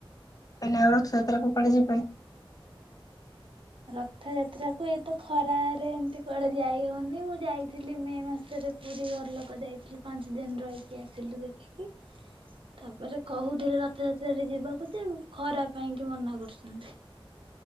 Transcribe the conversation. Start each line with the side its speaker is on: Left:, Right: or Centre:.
Left: ହେଲୋ ରଥ ଯାତ୍ରାକୁ କୁଆଡେ ଯିବେ?
Right: ରଥ ଯାତ ଯାତ୍ରାକୁ ଏତ ଖରାରେ ଏମିତି କୁଆଡେ ଯାଇ ହଉନି, ମୁଁ ଯାଇଥିଲି ମେ ମାସରେ ପୁରୀ ଘରଲୋକ ଯାଇଥିଲୁ ପାଞ୍ଚ ଦିନ ରହିକି ଆସିଲୁ ଦେଖିକି। ତାପରେ କହୁଥିଲେ ରଥଯାତ୍ରାରେ ଯିବାକୁ ଯେ ଖରା ପାଇଁକି ମନା କରୁଛନ୍ତି।